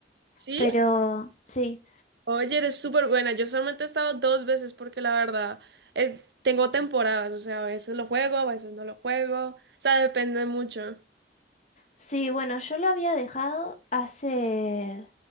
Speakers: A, on the right; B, on the left.
A: ¿sí?
B: Pero sí.
A: Oye, eres súper buena, yo solamente he estado dos veces porque la verdad, es, tengo temporadas, o sea, a veces lo juego, a veces no lo juego, o sea, depende mucho.
B: Sí, bueno, yo lo había dejado hace